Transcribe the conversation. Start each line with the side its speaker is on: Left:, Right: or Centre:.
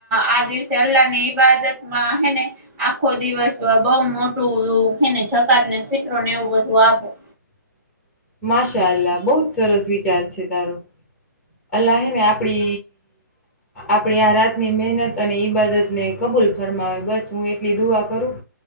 Right: આ દિવસે અલ્લાહ ની ઈબાદતમાં હેને આખો દિવસ બઉ મોટુંને જકાત ને ફિતરો ને એવું બધું આપું
Centre: <unintelligible> માશાલાહ બહુ જ સરસ વિચાર છે તારો અલ્લાહ ને આપડી આપડી આ રાતની મહેનત અને ઈબાદતને કબૂલ ફરમાવે બસ હું એટલી દુઆ કરું